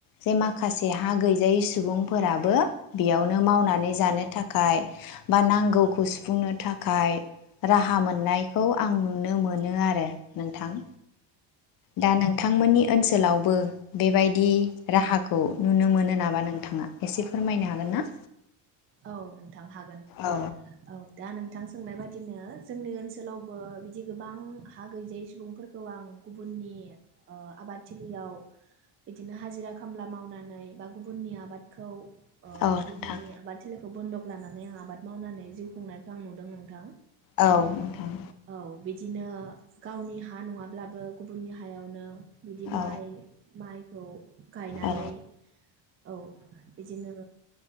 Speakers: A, on the left; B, on the right.
A: जे माखासे हा गैजायै सुबुं फोराबो बेयावनो मावनानै जानो थाखाय बा नांगौखौ सुफुंनो थाखाय राहा मोननायखौ आं नुनो मोनो आरो नोंथां। दा नोंथां मोननि ओनसोलाव बो बेबायदि राहाखौ नुनो मोनो नामा नोंथाङा एसे फोरमायनो हागोन ना?
B: औ नोंथां हागोन,
A: औ
B: औ दा नोंथां सोंनाय बायदिनो जोंनि ओनसोलावबो बिदि गोबां हा गैजायै सुबुं फोरखौ आं गुबुननि ओ आबाद थिलियाव बिदिनो हाजिरा खामला मावनानै बा गुबुननि आबादखौ ओ
A: औ
B: गु
A: नोंथां
B: नि आबाद थिलि फोरखौ बन्दक लानानै आं आबाद मावनानै जिउ खुंनायखौ आं नुदों नोंथां।
A: औ नोंथां।
B: औ बिदिनो गावनि हा नङा ब्लाबो गुबुननि हायावनो बिदि
A: औ
B: माइ माइ खौ गायनानै
A: औ
B: औ बिदिनो